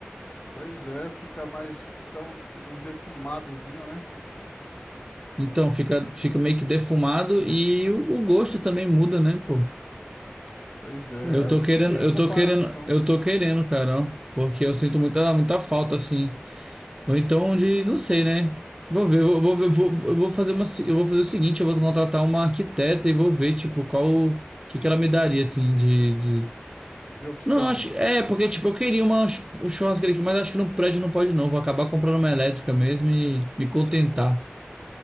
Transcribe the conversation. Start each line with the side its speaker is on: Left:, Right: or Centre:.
Left: Pois é, fica mais, fica um, um defumadozinho, né?
Right: Então, fica, fica meio que defumado e o, o gosto também muda, né, pô?
Left: Pois é,
Right: Eu tô
Left: não
Right: querendo,
Left: tem
Right: eu
Left: comparação
Right: tô querendo, eu tô querendo, cara, ó, porque eu sinto muita, muita falta, assim. Ou então de, não sei, né? Vou ver, vou, vou ver, vou, eu vou fazer uma, se- eu vou fazer o seguinte, eu vou contratar uma arquiteta e vou ver, tipo, qual, o que que ela me daria, assim, de, de...
Left: de opção.
Right: Não, acho, é, porque, tipo, eu queria uma ch- churrasqueira aqui, mas acho que no prédio não pode não, vou acabar comprando uma elétrica mesmo e me contentar.